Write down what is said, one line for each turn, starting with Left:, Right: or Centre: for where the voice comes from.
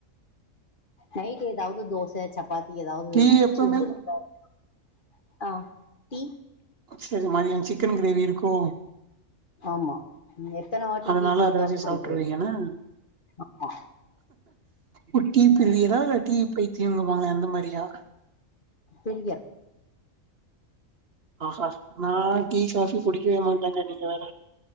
Left: நைட்டு எதாவ்து தோச ச ப்பாத்தி எதாவ்து
Right: டீ எப்பவுமே
Left: <unintelligible> ஆ டீ
Right: செரி மதியோ சிக்கன் கிரேவி இருக்கோ
Left: ஆமா எத்தன வாட்டி
Right: அதனால
Left: டீ குடுத்தாலு
Right: அத வச்சு
Left: குடிப்பே
Right: சாப்ட்ருவீங்க என்ன
Left: ஆமா
Right: ஓ டீ பிரியரா டீ பைத்தியோங்குவாங்களே அந்த மாரியா
Left: பிரியர்
Right: ஆ ஹா நா டீ காஃபி குடிக்கவேமாட்டேங்க நீங்க வேற